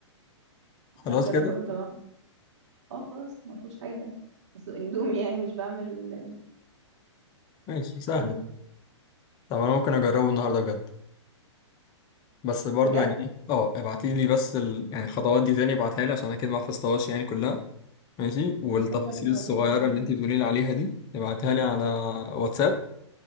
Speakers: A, on the left (about 25°); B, on the right (about 70°).
A: خلاص
B: هتجربه
A: كده
B: امتى بقى؟ اه خلاص ما فيهوش حاجه تانية اصله اندومي يعني مش بعمل
A: ماشي سهله
B: خروف
A: طب انا ممكن اجربه النهارده بجد بس برضو
B: بجد
A: يعني ايه اه ابعتي لي بس ال... يعني الخطوات دي تاني ابعتها لي عشان اكيد ما حفظتهاش يعني كلها ماشي والتفاصيل
B: مكبر ان
A: الصغيره
B: اقول لهم عندي
A: اللي انت بتقولي لي عليها دي ابعتها لي على واتساب